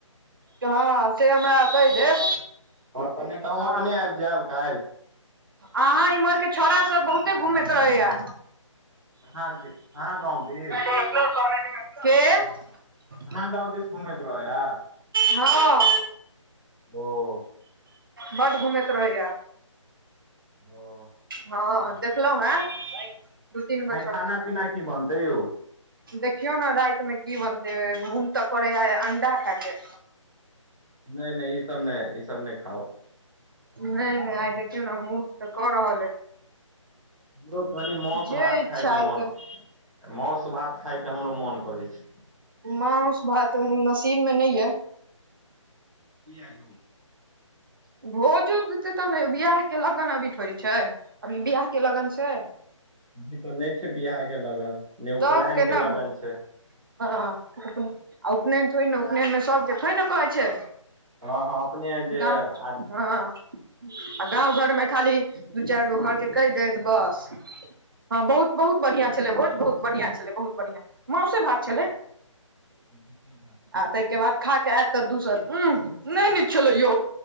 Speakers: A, on the right; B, in the centre.
A: हँ से हमरा कहि देब
B: हँ तने तऽ हम
A: हँ
B: अपने आबि जायब काल्हि
A: अहाँ इम्हर के छौड़ा सब बहुते घूमैत रहैया
B: अहाँ आरके अहाँ गौ दीस
A: के <inaudible>
B: आहँ गाँव दिस घुमैत रहै या
A: हँ
B: <unintelligible>
A: बड घूमैत रहैया
B: ह <inaudible>
A: हँ देखल है दू तीन
B: आइ
A: गछ
B: खाना पीना की बनतै यौ
A: देखियौ ने रातिमे की बनतै मून तऽ करैया अंडा खायके
B: नहि नहि ई सब नहि ई सब नहि खाउ
A: नहि नहि आइ देखियौ ने मुड तऽ कर रहलै
B: हमरो कनि मौसु
A: जे
B: भात
A: इच्छा
B: खायके
A: हेतै
B: मोन मौस भात खायके हमरो मोन करै छै
A: मौस भात नसीब में नइया।
B: किया यौ।
A: भोज उ देतै तब ने बियाह के लगन अभी थोड़ी छै अभी बियाह के लगन छै
B: इ तऽ नहि छै बियाह के लगन ने उपलायन
A: तब केना
B: के लगन
A: भो
B: छै
A: हँ <unintelligible> उपनयन थोड़ी ने उपनयन मे सबके थोड़े न कहै छै
B: हऽ हऽ अपने जे
A: गाँव
B: आदमी
A: <inaudible> ह <unintelligible> गाँव घरमे खाली दू चाइर गो घर केँ कहि देत बस हँ बहुत बहुत बढ़िआँ छलै भोज बहुत बढ़िआँ छलै बहुत बढ़िआँ माँसे भात छलै
B: माँसे भात
A: आ तै केँ बाद खा केँ ऐत तऽ दुसत उऽ नै नीक। छलो <inaudible> यौ